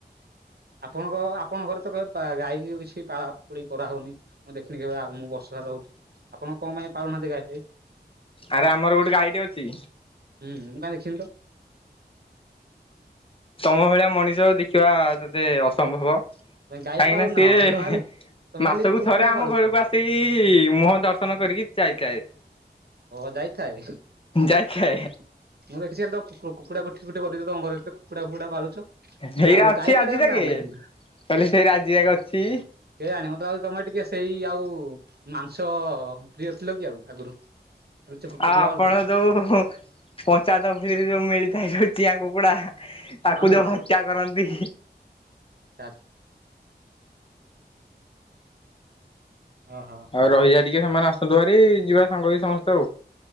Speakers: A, on the right; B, on the left.
A: ଆପଣଙ୍କ ଆପଣଙ୍କ ଘରେତ କେବେ ଗାଈକି କିଛି ପାଳା ପୋଳି କରାହଉନି? ମୁଁ ଦେଖିନି କେବେ ଆଉ ମୁଁ ବର୍ଷ ସାରା ରହୁଚି ଆପଣ କଣ ପାଇଁ ପାଳୁନାହାନ୍ତି ଗାଈ ଫାଇ?
B: ଆରେ ଆମର ଗୋଟେ ଗାଈଟେ ଅଛି।
A: ହୁଁ ମୁଁ କାଇଁ ଦେଖିନିତ।
B: ତମ ଭଳିଆ ମଣିଷ ଦେଖିବା ତତେ ଅସମ୍ଭବ।
A: ତମେ ଗାଈ
B: କାହିଁକିନା
A: ପାଳୁନ
B: ସିଏ
A: ଖାଲି ତମେ ଖାଲି ତମେ
B: ମାସକୁ
A: ଖାଲି କୁକୁଡା
B: ଥରେ ଆମ
A: ପାଳୁଛ
B: ଘରକୁ ଆସି ସେଇ ମୁହଁ ଦର୍ଶନ କରିକି ଚାଇ ଜାଏ।
A: ଓହୋ ଯାଇଥାଏ। ମୁଁ
B: ଯାଇଥାଏ
A: ଦେଖିଚି ଖାଲିତ କୁକୁ କୁକୁ କୁକୁଡ଼ା କଠି ଗୋଟେ କରିଦେଇଚତ ଘର ଭିତରେ। କୁକୁଡ଼ା ଫୁକୁଡ଼ା ପାଳୁଛ
B: ହେଇରା
A: ଆଉ
B: ଅଛି
A: ଗାଈ
B: ଆଜି
A: ପାଳିବାର
B: ଯାକେ
A: ନା ନାଇଁ <unintelligible>
B: କହିଲେ ସେଇରା ଆଜିଆଙ୍କ ଅଛି।
A: କେଜାଣି ମତେ ଲାଗୁଛି ତମେ ଟିକେ ସେଇ ଆଉ ମାଂସ ପ୍ରିୟ ଥିଲକି ଆଉ ଆଗରୁ? ଖାଲି ଚୁ କୁକୁଡ଼ା
B: ଆଉ ଆପଣ
A: ପାଳୁଥିଲ
B: ଯୋଉ ପଞ୍ଚାୟତ ଅଫିସ୍ ହେଯୋଉ ମିଳିଥାଏ ସବୁ ଚିଆଁ କୁକୁଡ଼ା ତାକୁ
A: ହଁ କି
B: ଯୋଉ ହତ୍ୟା କରନ୍ତି।
A: <unintelligible> ଓହୋ
B: ଆଉ ରହିଯା ଟିକେ ସେମାନେ ଆସନ୍ତୁ ଭାରି ଯିବା ସାଙ୍ଗ ହେଇକି ସମସ୍ତେ ଆଉ।